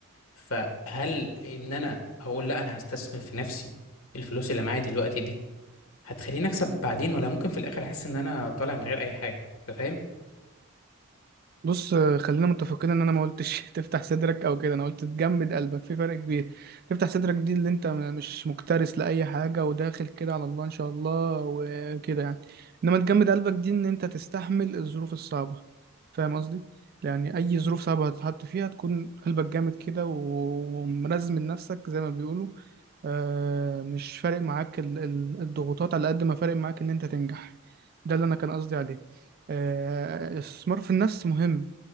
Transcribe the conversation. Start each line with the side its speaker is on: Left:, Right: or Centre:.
Left: فهل ان انا هقول لا انا هستثمر في نفسي الفلوس اللي معايا دلوقتي دي هتخليني اكسب بعدين ولا ممكن في الاخر احس ان انا طالع من غير اي حاجه انت فاهم
Right: بص آه، خلينا متفقين ان انا ما قلتش <laughs> تفتح صدرك او كده انا قلت تجمد قلبك في فرق كبير تفتح صدرك دي اللي انت م- مش مكترث لاي حاجه وداخل كده على الله ان شاء الله وكده يعني انما تجمد قلبك دي ان انت تستحمل الظروف الصعبه فاهم قصدي يعني اي ظروف صعبه هتتحط فيها تكون قلبك جامد كده ومرزم من نفسك زي ما بيقولوا آه، مش فارق معاك ال- ال- الضغوطات على قد ما فارق معاك ان انت تنجح ده اللي انا كان قصدي عليه آه، الاستثمار في النفس مهم